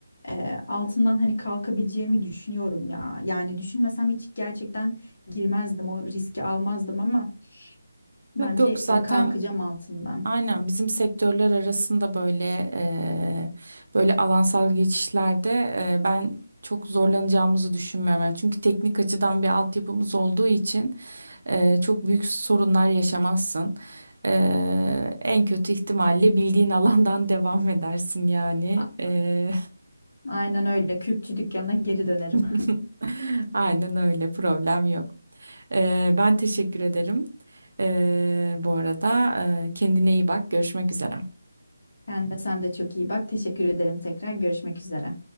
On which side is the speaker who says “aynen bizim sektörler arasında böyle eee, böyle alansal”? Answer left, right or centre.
Right